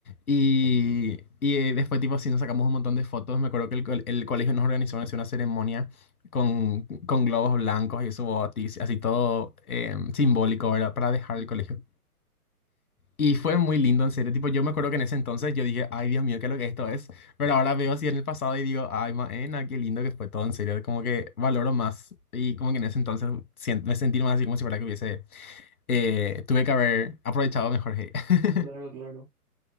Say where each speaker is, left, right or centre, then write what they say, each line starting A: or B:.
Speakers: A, on the left; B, in the centre.
A: Y, y eh, después tipo así nos sacamos un montón de fotos. Me acuerdo que el, col- el colegio nos organizó así una ceremonia con, con globos blancos y eso, wow, así, así todo eh, simbólico, ¿verdad? Para dejar
B: Ujú.
A: el colegio. Y fue muy lindo, en serio. Tipo, yo me acuerdo que en ese entonces yo dije, ay, Dios mío, qué es lo que esto es. Pero ahora veo así en el pasado y digo, ay, maena, qué lindo que fue todo, en serio. Como que valoro más. Y como que en ese entonces sien- me sentí más así como si fuera que hubiese, eh, tuve que haber aprovechado mejor, hey. <laughs>
B: Claro, claro.